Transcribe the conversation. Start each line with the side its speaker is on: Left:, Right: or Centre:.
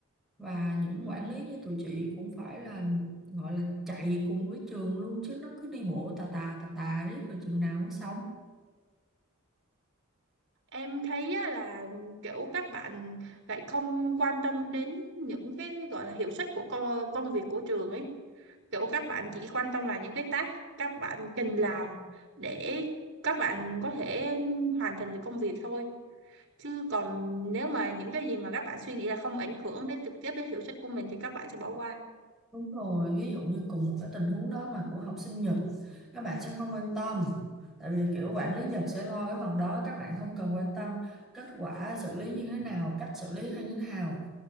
Centre: và những
Right: Ừm,
Centre: quản lý như tụi chị cũng phải là gọi là chạy cùng với trường luôn chứ nó cứ đi bộ tà tà tà tà riết rồi chừng nào mới xong
Right: Em thấy á là kiểu các bạn lại không quan tâm đến những cái gọi là hiệu suất của co- công việc của trường ấy kiểu các bạn chỉ quan tâm là những cái task các bạn cần làm để các bạn có thể ừm, hoàn thành được công việc thôi chứ còn nếu mà những cái gì mà các bạn suy nghĩ là không ảnh hưởng đến trực tiếp đến hiệu suất của mình thì các bạn sẽ bỏ qua
Centre: đúng rồi ví dụ như cùng một cái tình huống đó mà của học sinh Nhật các bạn sẽ không quan tâm tại vì kiểu quản lý Nhật sẽ lo cái phần đó các bạn không cần quan tâm kết quả xử lý như thế nào cách xử lý hay như thế nào